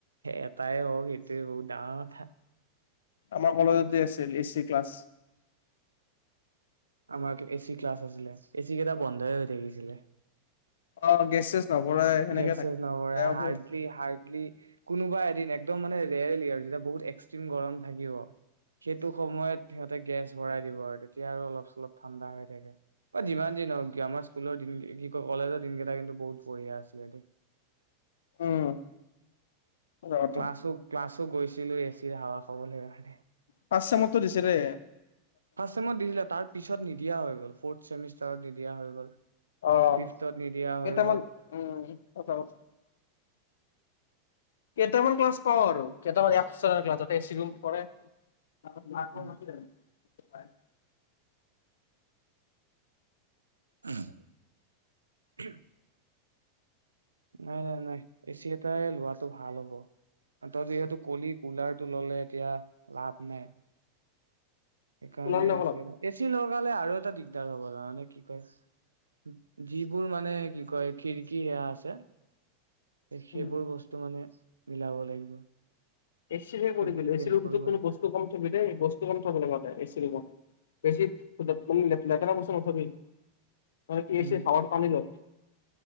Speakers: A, on the right (about 75°); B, on the left (about 60°).
A: এটাই হওঁক এইটোৱে বহুত ডাঙৰ কথা।
B: আমাৰ কলেজত আছিল এচি ক্লাছ।
A: আমাৰ এচি ক্লাছ আছিলে এচি কেইটা বন্ধই হৈ থাকিছিলে।
B: অ গেছ চেছ নভৰাই সেনেকে
A: গেছ
B: থাকে।
A: চেছ নভৰাই
B: বেয়া হ'ব
A: হাৰ্ডলি হাৰ্ডলি। কোনোবা এদিন একদম মানে ৰেয়লি আৰু যেতিয়া বহুত এক্সট্ৰিম গৰম থাকিব সেইটো সময়ত সিহঁতে গেছ ভৰাই দিব আৰু তেতিয়া আৰু অলপ চলপ ঠাণ্ডা হৈ থাকে বা যিমান দিন হওক আমাৰ স্কুলৰ দিন কি কয় কলেজৰ দিন কেইটা কিন্তু বহুত বঢ়িয়া আছে। দেই
B: উম সঁচা কথা
A: ক্লাছো ক্লাছো গৈছিলোঁ এচি হাৱা ক'ব লাগিব হয় নাই।
B: ফাৰ্ষ্ট চেম টো দিছে ৰে।
A: ফাষ্ট চেমত দিছিলে তাৰ পিছত নিদিয়া হৈ গ'ল ফৰ্ট ছেমিষ্টাৰ। দিয়া হৈ গ'ল।
B: আহ
A: ফিফ্থত নিদিয়া
B: কেইটামান
A: হৈ গ'ল
B: উম আচ কেইটামান ক্লাছ পাওঁ আৰু কেইটামান এক্সট্টা ক্লাছত এচি ৰুম পৰে। অ ল
A: উম
B: নছিল। <unintelligible> হয়।
A: আহ। নাই নাই নাই এ চি। নাই লোৱাটো ভাল হ'ব। ত যিহেতু কলি কুলাৰ টো ললে এতিয়া লাভ নাই। সেইকাৰণে
B: ওলাম দে
A: এচি
B: অলপ।
A: এটা এচি লগালে আৰু এটা। টা দিগদাৰ হব মানে কি কয় যিবোৰ মানে কি কয় খিৰিকী সেয়া আছে। সেইবোৰ
B: উম,
A: বস্তু মানে। মিলাব লাগিব।
B: এ চিহে কৰি
A: খিৰিকী
B: দিলে এচিৰ
A: চেঞ্জ কৰিব
B: ভিতৰত
A: লাগিব
B: বস্তু কম থবি দেই বস্তু কম থব লগতে এচি। বেছি মানে লেতেৰা বস্তু নথবি। এ
A: উম
B: চে চাৱাৰ পানীল <unintelligible>